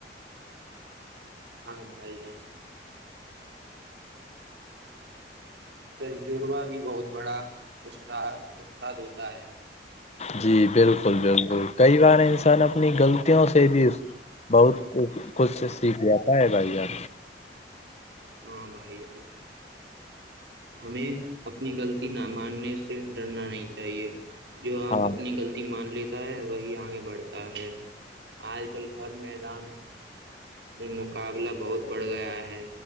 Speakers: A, on the right; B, on the left.
A: ہاں بھائی جان تجربہ بھی بہت بڑا اس استاد ہوتا ہے
B: جی بالکل بالکل کئی بار انسان اپنی غلطوں سے بھی بہت کچھ سیکھ جاتا ہے بھائی یار
A: ہاں بائی جان ہمیں اپنی غلطی نہ ماننے سے ڈرنا نہیں چاہیے جو آپ
B: ہاں
A: اپنی غلطی مان لیتے وہی آگے بڑھتا ہے آج کل ہر میدان میں مقابلہ بہت بڑھ گیا ہے